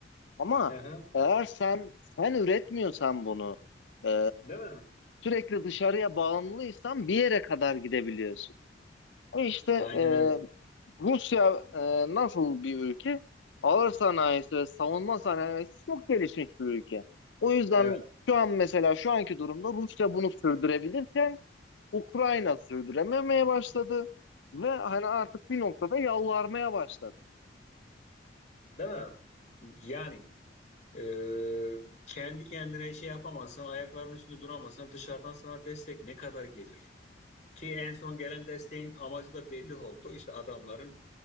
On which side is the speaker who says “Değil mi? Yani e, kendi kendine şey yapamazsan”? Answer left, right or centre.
Left